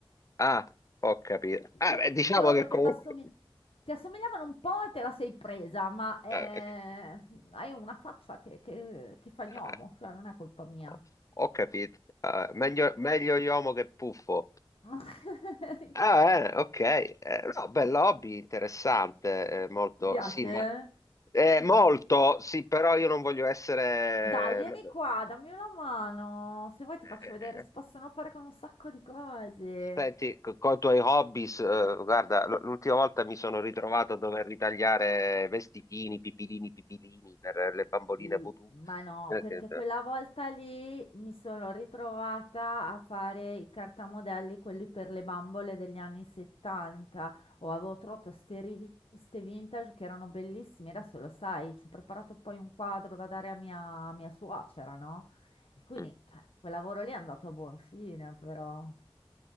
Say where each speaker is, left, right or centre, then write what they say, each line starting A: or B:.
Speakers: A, on the left; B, on the left.
A: Ah, ho capito. Ah,
B: So-
A: beh, diciamo
B: solo
A: che
B: perché
A: comunque...
B: t'assomig- ti assomigliavano un po' e te la sei presa, ma eh,
A: Ah, eh,
B: hai una faccia che, che, che fa gnomo,
A: ah,
B: cioè non è colpa mia.
A: Ho ho capito. Ah, meglio, meglio Iomo che Puffo.
B: <laughs>
A: Ah, bene, ok. Eh, no, bello hobby, interessante, eh, molto,
B: Ti piace?
A: sì, ma...
B: eh?
A: eh, molto, sì, però io non voglio essere...
B: Dai, vieni qua, dammi una mano. Se vuoi ti faccio
A: eh,
B: vedere,
A: eh,
B: si possono fare con un sacco di cose.
A: Senti, con i tuoi hobbies, eh, guarda, l- l'ultima volta mi sono ritrovato a dover ritagliare vestitini, pipilini, pipilini per le bamboline
B: Sì,
A: voodoo.
B: ma no,
A: Eh,
B: perché
A: che- eh.
B: quella volta lì mi sono ritrovata a fare i cartamodelli, quelli per le bambole degli anni 70. O avevo trovato ste riviste vintage che erano bellissime, adesso lo sai, ci ho preparato poi un quadro da dare a mia, a mia suocera, no? E quindi,
A: Mm.
B: cioè, quel lavoro lì è andato a buon fine, però...